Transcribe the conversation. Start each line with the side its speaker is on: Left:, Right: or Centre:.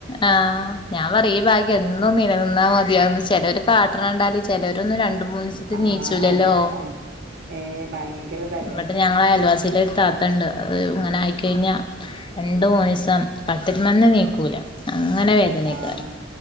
Left: ആഹ് ഞാൻ പറയും ഈ ഭാഗ്യം എന്നും നിലനിന്നാ മതിയാന്ന് ചെലര് കാട്ടണ കണ്ടാല്- ചെലരൊന്നും രണ്ട് മൂന്ന് ദിവസത്തി
Right: ആഹ്
Left: നീയിച്ചൂലല്ലോ
Right: അതെ ഭയ ഏഹ് ഭയങ്കരതല്ലേ
Left: <unintelligible> ഞങ്ങള അയൽവാസിയിലെ ഒരു താത്തയുണ്ട് അത് ഇങ്ങനെ ആയിക്കഴിഞ്ഞാ- രണ്ടു <unintelligible> കട്ടിൽമന്ന്നീക്കൂല അങ്ങനെ വേദന
Right: ആഹ്
Left: <unintelligible>